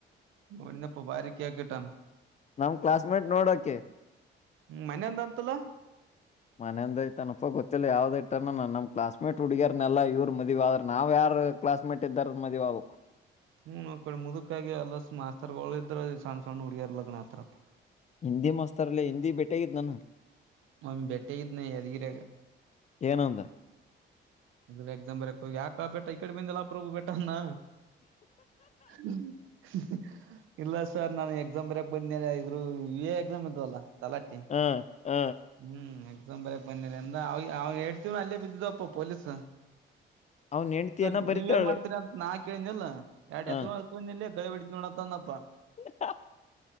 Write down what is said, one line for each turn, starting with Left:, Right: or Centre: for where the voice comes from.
Right: ಇನ್ನಪ್ಪ ಭಾರಿ ಕೇಕಟ್ಟಾನ
Left: ನಮ್ ಕ್ಲಾಸ್ಮೇಟ್ ನೋಡೋಕೆ
Right: ಹ್ಮ್ ಮನೆೆಯಂದ ಅಂತಲ
Left: ಮನೆಯಂದೈಐತ ಅನಪ ಗೊತ್ತಿಲ್ಲ ಯಾವ್ದ ಟ್ಟನ ನಮ್ ಕ್ಲಾಸ್ಮೇಟ್ ಹುಗ್ಯಾರ್ನ್ನನೆಲ್ಲ ಇವರು ಮದುವೆ ಆದ್ರ ನಾವ್ ಯಾರ ಕ್ಲಾಸ್ಮೇಟ್ ಇದ್ದಾರದ ಮದುವೆ ಆಗ್ಬೇಕು
Right: ಹ್ಮ್ ಕಡೆ ಮುದುಕಾಗಿ ಅಲ್ಲ ಮಾಸ್ತರ್ಗಳ ಇದ್ರ ಸಣ್ಣ ಸಣ್ಣ ಹುಡುಗ್ಯರ್ ಲಗ್ನ ಆತರಪ್ಪ
Left: ಹಿಂದಿ ಮಾಸ್ತರ್ಲ್ಲ ಹಿಂದಿ ಭೇಟೆಗಿದ್ ನಾನು
Right: ಮ ಬೆಟ್ಟ ಇನ ಎದಗಿರ
Left: ಏನಂದ
Right: ಇದ್ರ ಎಕ್ಸಾಂಬರ್ ಯ ಯಾಕಾ ಬೆಟ್ಟ ಈ ಕಡೆ ಬಂದಲ್ಲಾ ಪ್ರಭು ಬೆಟನ್ನ ಹೇ ಹೇ ಇಲ್ಲ ಸರ್ ನಾನು ಎಕ್ಸಾಮ್ ಬರಕ್ ಬಂದೇನೆ ಇದ್ರು ಯು ಎ ಎಕ್ಸಾಮ್ ಇದ್ದವಲ್ಲ ತಲಾಟೆ
Left: ಹ ಹ
Right: ಹ್ಮ್ ದಂಬರ ಮನ್ನಿರೆ ಎೇಡತ ಅಲ್ಲೇ ಬಿಿದ್ದ ಪೋಲ್ಲೀಸ್ ಸ
Left: ಅವ್ನ ಹೆಂಡ್ತಿ
Right: ಸ
Left: ಏನ ಬರಿತಾಳೆ
Right: ನೀವೇನ್ ಮಾಡ್ತೀರ ಅಂತ ನಾಕ ಕೇಳಿಲ್ಲ ಎಡು
Left: ಹ
Right: ಎತ್ತುತ್ತು ಇಲ್ಲ ೋಡಾಂದಪ್ಪಾ
Left: ಹೇ ಹಾ